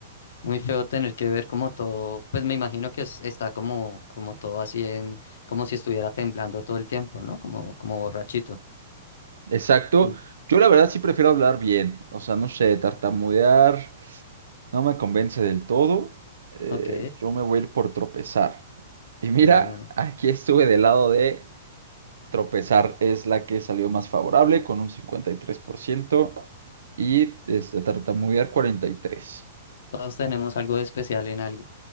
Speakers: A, on the left (about 75°); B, on the right (about 80°).
A: Muy feo tener que ver como todo, pues me imagino que es- está como, como todo así en, como si estuviera temblando todo el tiempo, ¿no? Como, como borrachito.
B: Exacto.
A: Mm,
B: Yo la verdad sí prefiero hablar bien. O sea, no sé, tartamudear no me convence del todo. Eh,
A: Ok,
B: yo me voy a ir por tropezar. Y mira,
A: de una.
B: aquí estuve del lado de Tropezar es la que salió más favorable con un cincuenta y tres por ciento y este, tartamudear 43%.
A: Todos tenemos algo de especial en algo.